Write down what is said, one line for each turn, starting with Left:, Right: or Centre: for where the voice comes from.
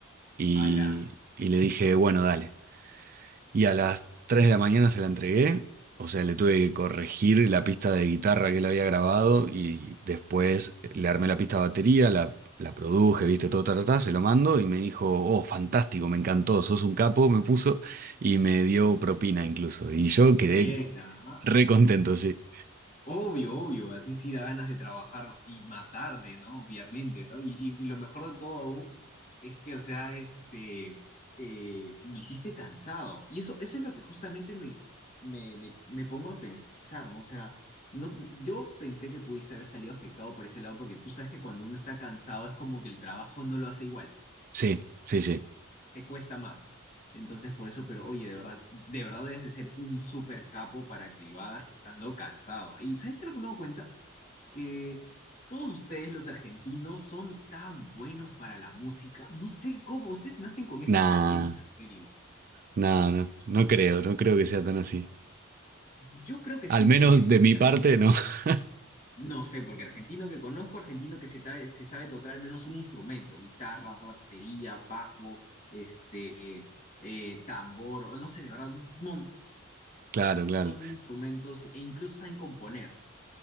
Right: Y,
Left: Ala,
Right: y le dije, bueno, dale. Y a las tres de la mañana se la entregué. O sea, le tuve que corregir la pista de guitarra que él había grabado. Y después le armé la pista de batería, la, la produje, viste, todo, ta, ta, ta, se lo mando. Y me dijo, oh, fantástico, me encantó, sos un capo, me puso. Y me dio propina incluso. Y yo quedé
Left: bien, ah.
Right: re contento, sí.
Left: Obvio, obvio, así sí da ganas de trabajar y matarte, ¿no? Obviamente, ¿no? Y, y- y lo mejor de todo aún es que, o sea, este, eh, lo hiciste cansado. Y eso, eso es lo que justamente me, me, me, me pongo a pensar, ¿no? O sea, no, yo pensé que pudiste haber salido afectado por ese lado porque tú sabes que cuando uno está cansado es como que el trabajo no lo hace igual,
Right: Sí, sí, sí.
Left: te cuesta más. Entonces, por eso, pero oye, de verdad, de verdad debes de ser un súper capo para que lo hagas estando cansado. ¿Y sabes qué es lo que me doy cuenta? que todos ustedes, los argentinos, son tan buenos para la música. No sé cómo, ustedes nacen con ese
Right: Nah.
Left: talento, en serio.
Right: No, no, no creo, no creo que sea tan así.
Left: Yo creo que
Right: Al
Left: sí,
Right: menos
Left: porque prácticamente,
Right: de mi parte, no. <laughs>
Left: no sé, porque argentino que conozco, argentino que se, ta- se sabe tocar al menos un instrumento, guitarra, batería, bajo, este, eh, tambor, o no sé, de verdad, un montón
Right: Claro, claro.
Left: de instrumentos e incluso saben componer.